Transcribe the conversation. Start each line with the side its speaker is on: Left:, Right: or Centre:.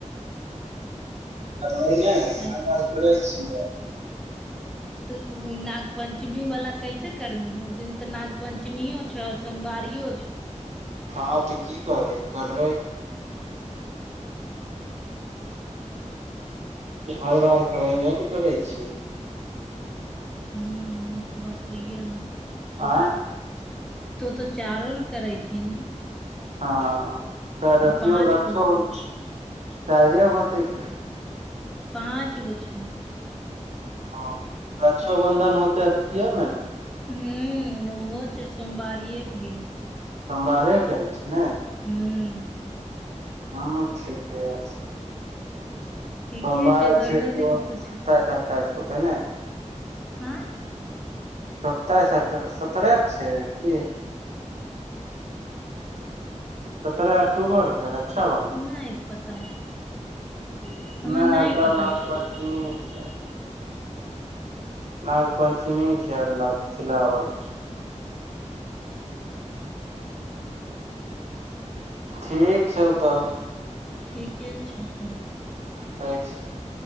Right: आ ने हे
Centre: हँ
Right: <unintelligible>
Centre: तूऽ नाग पंचमी वाला कैसे करबी ओ दिन तऽ नाग पंचमी वो छ सोमवारियो छ।
Right: हँ तऽ की करबै करबै हर बार करेबे ने करै छै।
Centre: हू तऽ बात हए तो
Right: आँय
Centre: तऽ तो तऽ चारो ने करे छि।
Right: हँ त कैल
Centre: पाँच
Right: अो रक्षे
Centre: गो होतै
Right: बन कैले बनतै से
Centre: पाँच गो छै
Right: ह आ रक्षो बंधन होतै अथि में।
Centre: हू ओहो छै सोमवारीए के दिन
Right: सोमवारे केल छी ने
Centre: हू।
Right: हँ ठीके छै।
Centre: ठीके
Right: सोमवार
Centre: छै दोनो
Right: छिय उहो
Centre: दिन कुछ
Right: सत्ताइस अठाइस होते ने।
Centre: हां।
Right: सत्ताइस अठाइस सत्रहे छै की सत्रह अक्टूबरकेै रक्षा बनधन
Centre: नहि पता हमरा
Right: नहि हमरा
Centre: पता
Right: नाम
Centre: छौ
Right: पर <inaudible> नाग पञ्चमी छै अगिला पिछला बला ठीक छौ तब
Centre: ठीके छौ तऽ
Right: खाइ छि